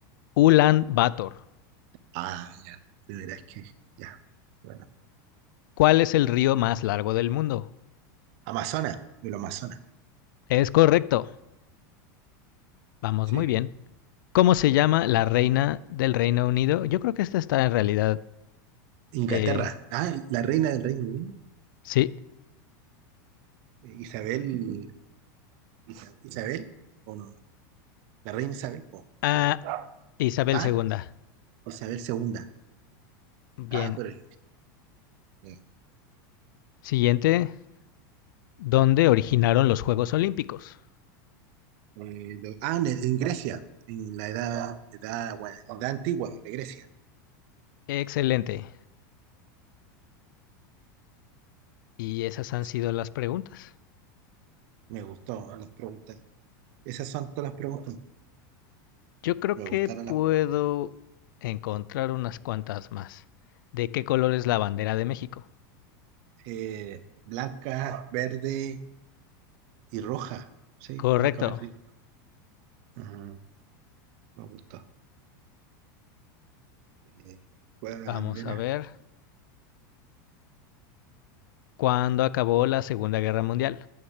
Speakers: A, on the left; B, on the right.
A: Ulan Bator.
B: Ah, ya, de veras que, ya, bueno.
A: ¿Cuál es el río más largo del mundo?
B: Amazonas, de los Amazonas,
A: Es correcto. Vamos
B: sí.
A: muy bien. ¿Cómo se llama la reina del Reino Unido? Yo creo que esta está en realidad.
B: Inglaterra,
A: eh,
B: ah, la reina del Reino Unido,
A: sí.
B: eh, Isabel, Isa- Isabel, o no, la reina Isabel, po,
A: Ah,
B: pero,
A: Isabel
B: ah,
A: II.
B: Isabel segunda,
A: Bien.
B: ah, pero, ya, ya.
A: Siguiente. ¿Dónde originaron los Juegos Olímpicos?
B: Eh, lo- ah, en, en Grecia, en la edad, edad, bueno, edad antigua de Grecia,
A: Excelente. Y esas han
B: sí,
A: sido las preguntas.
B: me gustó las preguntas, esas son todas las preguntas,
A: Yo creo
B: me
A: que
B: gustaron
A: puedo
B: las preguntas.
A: encontrar unas cuantas más. ¿De qué color es la bandera de México?
B: eh, blanca, verde y roja. Sí,
A: Correcto.
B: blanca, verde y roja. Ajá, me gusta. Eh, ¿cuál es la
A: Vamos
B: bandera?
A: a ver. ¿Cuándo acabó la Segunda Guerra Mundial?